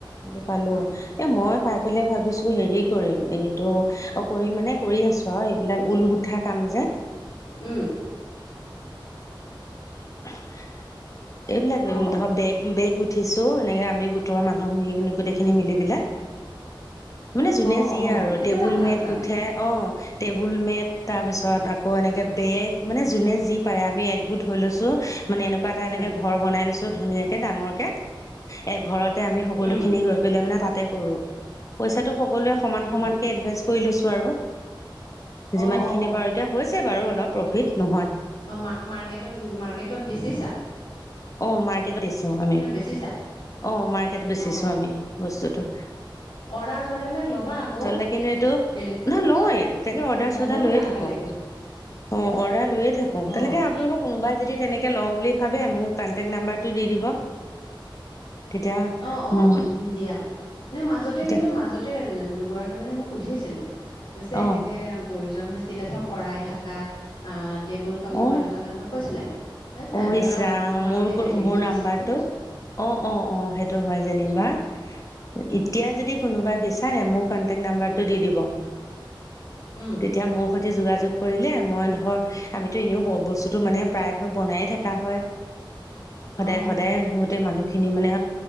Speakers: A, on the left; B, on the left.
A: এইটো পালো
B: অ
A: এ মই পা <unintelligible> ভাবিছোঁ হেৰি কৰিম এইটো অ' কৰিম মানে কৰি আছোঁ আৰু এইবিলাক ঊল কাম যে।
B: উম।
A: <unintelligible> এইবিলাক
B: অ
A: ধৰ বেগ- বেগ গো উঠিছো এনেকে আমি গোটৰ মানুহ <unintelligible> গোটেইখিনি মিলি পেলে মানে যোনে
B: অ
A: যি
B: অ
A: আৰু
B: সেইটো
A: টেবুল
B: এটা ভাল
A: মেট
B: কাম
A: গোঠে অ' টেবুল মেট তাৰপিছত আকৌ এনেকে বেগ মানে যোনে যি পাৰে আমি একগোট হৈ লৈছো মানে এনে কোৱা এটা এনেকে
B: এ
A: ঘৰ বনাই লৈছো ধুনিয়াকে ডাঙৰ কে এ ঘৰতে আমি সকলো
B: উম
A: খিনি গৈ গৈ পেলাই মানে তাতে কৰোঁ পইচা টো সকলোৱে সমান-সমান
B: উম
A: কে ইনভেষ্ট কৰি লৈছো আৰু যিমান
B: অ অ
A: খিনি পাৰো এতিয়া হৈছে বাৰু অলপ প্ৰফিট নোহোৱা
B: অ' মা-মাৰ্কেটত-মাৰ্কেটত বেছিছা?
A: অ' মাৰ্কেট <unintelligible> দিছো আমি
B: বেচিছা
A: অ' মাৰ্কেট বেচিছো
B: অ
A: আমি বস্তুটো।
B: অৰ্ডাৰ -চৰ্ডাৰ বিলাক ল'বা আকৌ
A: আচলতে কিন্তু এইটো
B: বেলেগ
A: নহয় লওৱে তেনে অৰ্ডাৰ-চৰ্ডাৰ
B: বহুত
A: লৈয়ে
B: ভাল
A: থাকো।
B: কাম এইটো
A: অ' অৰ্ডাৰ লৈয়ে থাকো এতিয়ালৈকে
B: অ
A: আপোনালোকক কোনোবাই যদি তেনেকে লও বুলি ভাবে মোৰ কাণ্টেক্ট নাম্বাৰ টো দি দিব। তেতিয়া
B: অ', অ',
A: উম
B: দিম দিয়া এনে মাজতে
A: এতিয়া
B: কিন্তু মাজত তে নে দুগৰাকি মানে মোক সুধিছিলোঁ কৈছে
A: অ
B: এনেকে প্ৰয়োজন হৈছ চিলে ধৰ শৰাই ঢাকা আ টেবুল কাপোৰ
A: অ
B: এনেকুৱা তেনেকুৱা কৈছিলে <unintelligible>
A: অ
B: আৰু ধৰা
A: ইচ ৰাম
B: তোমাৰ
A: মোৰ
B: লগত তেতিয়া
A: ক-
B: হেৰিও
A: মোৰ
B: নাছিলে
A: নাম্বাৰটো
B: যে
A: অ' অ' অ' সেইটো হয় যেনিবা। এতিয়া যদি কোনোবাই বিচাৰে মোৰ কাণ্টেক্ট নাম্বাৰটো দি দিব।
B: উম
A: তেতিয়া মোৰ সৈতে যোগাযোগ কৰিলে মই ধৰ আমিতো এনেও ব-বস্তুটো মানে প্ৰায় ভাগ বনায়ে থাকা হয় সদায়ে-সদায়ে
B: অ
A: গোতেই মানুহখিনি মানে